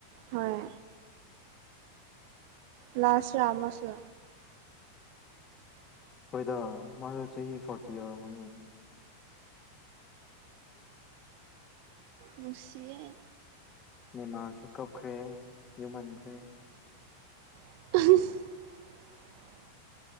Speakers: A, on the right; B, on the left.
A: ꯍꯣꯏ ꯂꯁꯨ ꯑ ꯑꯃꯁꯁꯨ
B: ꯍꯣꯏꯗ ꯃꯥꯁꯨ ꯆꯍꯤ ꯐꯣꯔꯇꯤ ꯌꯎꯔꯝꯃꯅꯤ
A: ꯅꯨꯡꯁꯤꯌꯦ
B: ꯅꯤꯃꯥꯔꯁꯨ ꯀꯞꯈ꯭ꯔꯦ ꯌꯨꯝꯍꯟꯈ꯭ꯔꯦ
A: <inaudible>